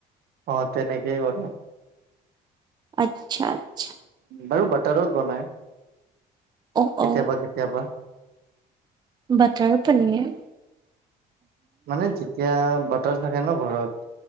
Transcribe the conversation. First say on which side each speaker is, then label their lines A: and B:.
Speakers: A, on the right (about 65°); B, on the right (about 25°).
A: অ তেনেকে বনাই
B: আচ্ছা আচ্ছা।
A: বাৰু বাটাৰত বনাই
B: অ
A: কেতিয়াবা
B: অ
A: কেতিয়াবা।
B: বাটাৰ পনীৰ।
A: মানে যেতিয়া বাটাৰ থাকে ন ঘৰত